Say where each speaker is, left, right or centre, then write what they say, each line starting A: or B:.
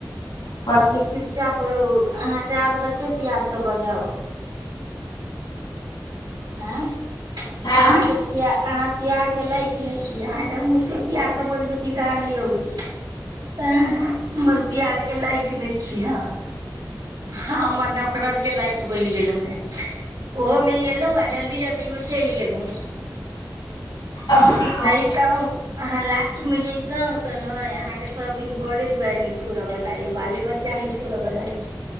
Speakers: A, on the left (about 80°); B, on the right (about 85°).
A: अच
B: चुपचाप रहु अहाँके आऔर कते प्यार से बजाउ? आ अहाँके
A: आँय
B: पिया अहाँ पिआरके लायइक नहि छी अहाँके हम ओतेक पिआरसँ बजबै छी तऽ अहाॅं नहि अबै छी। तऽ हमर पिआार के लाइक नहि छी हॅं हमर नफरत के लाइक बनि गेलव हेऽ। ओहोमे एलहुँ जल्दी जल्दी मे चल गेलहु।
A: आब की कहू
B: वही तऽ अहाँ लास्ट में जतौं तऽ ने अहाँ के सब दिन घरे दुआरि न छोड़यवला य बाले बच्चा बचा नहि छोड़ऽ वला या।